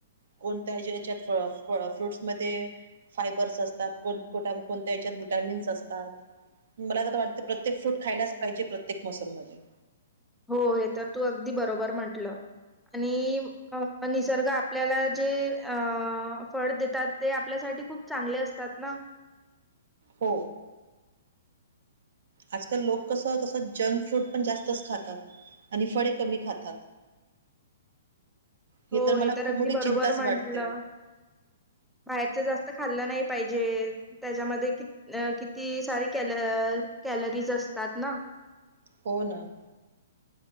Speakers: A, on the right (about 70°); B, in the centre.
A: कोणत्या ज्या हेच्यात फ फ्रूट्. म ते फायबर्स असतात, कोणत्याना कोणत्या याच्यात विटामिन्स असतात. मला तर वाटते प्रत्येक फ्रूट खायलाच पाहिजे, प्रत्येक मोसम मध्ये.
B: हो हे तर तू अगदी बरोबर म्हंटलं आणि अ निसर्ग आपल्याला जे अ फड देतात ते आपल्यासाठी खूप चांगले असतात ना.
A: हो. आजकाल लोक कसं तसं जंक फूड पण जास्तच खातात. आणि फळे कमी खातात. हे
B: हो,
A: तर मला खूप
B: अगदी
A: मोठी
B: बरोबर
A: चिंताच
B: म्हटलं.
A: वाटते.
B: बाहेरचं जास्त खाल्लं नाही पाहिजे. त्याच्यामध्ये कीत किती सारी कॅल कॅलरीज असतात ना.
A: हो ना.